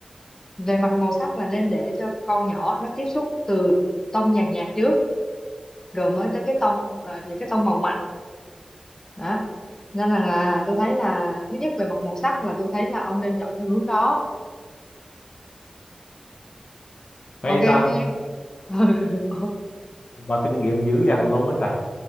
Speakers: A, on the left (about 25°); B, on the left (about 70°).
A: về mặt màu sắc là nên để cho con nhỏ nó tiếp xúc từ tông nhạt nhạt trước rồi mới tới cái tông à, những cái tông màu mạnh đó nên là, là tôi thấy là thứ nhất về mặt màu sắc là tôi thấy là ông nên chọn theo hướng đó
B: Hay
A: ok không
B: ta,
A: em <laughs> Ừ.
B: bà kinh nghiệm dữ dằn luôn ấy trời.